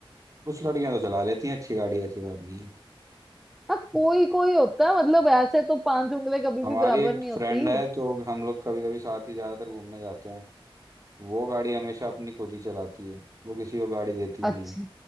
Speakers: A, on the right; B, in the centre.
A: कुछ लड़कियां तो चला लेती हैं अच्छी गाड़ी ऐसी बात नहीं है
B: हाँ कोई कोई होता है मतलब ऐसे तो पांच उंगली कभी
A: हमारी
B: भी बराबर
A: एक
B: नहीं
A: फ्रेंड
B: होती
A: है तो हम लोग कभी कभी साथ ही ज्यादातर घूमने जाते हैं वो गाड़ी हमेशा अपनी खुद ही चलाती है वो किसी को गाड़ी देती
B: अच्छा
A: नहीं है